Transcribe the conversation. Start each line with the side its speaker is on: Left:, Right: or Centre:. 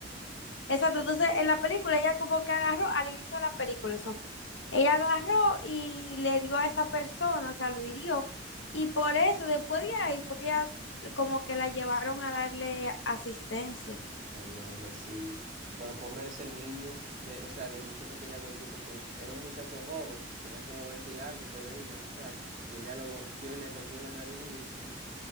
Left: exacto. Entonces, en la película, ella como que agarró, al inicio de la película, eso fue. Ella agarró y le dio a esa persona, o sea, lo hirió. Y por eso, después de ahí, fue que ella como que la llevaron a darle asistencia.
Right: Ay, hombre, sí. Pero pobre ese niño, de, o sea, del muchacho que ella golpeó, porque era un muchacho joven, tenía como 20 y algo, se veía el muchacho. Y ella lo golpeó y le rompió la nariz durísimo.